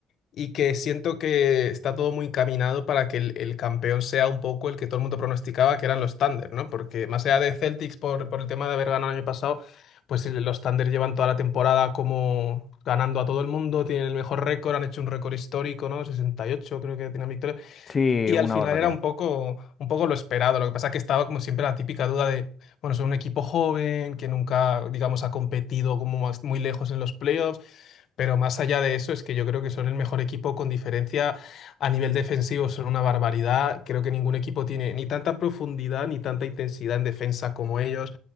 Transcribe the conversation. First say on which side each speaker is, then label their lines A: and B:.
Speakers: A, on the left; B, on the left.
A: y que siento que está todo muy encaminado para que el, el campeón sea un poco el que todo el mundo pronosticaba que eran los Thunder, ¿no? Porque más allá de Celtics por, por el tema de haber ganado el año pasado, pues el- los Thunder llevan toda la temporada como ganando a todo el mundo, tienen el mejor récord, han hecho un récord histórico, ¿no? 68 creo que tienen victorias.
B: Sí,
A: Y
B: una
A: al final
B: barbaridad.
A: era un poco, un poco lo esperado. Lo que pasa es que estaba como siempre la típica duda de, bueno, son un equipo joven que nunca, digamos, ha competido como más- muy lejos en los playoffs. Pero más allá de eso, es que yo creo que son el mejor equipo con diferencia a nivel defensivo, son una barbaridad. Creo que ningún equipo tiene ni tanta profundidad ni tanta intensidad en defensa como ellos.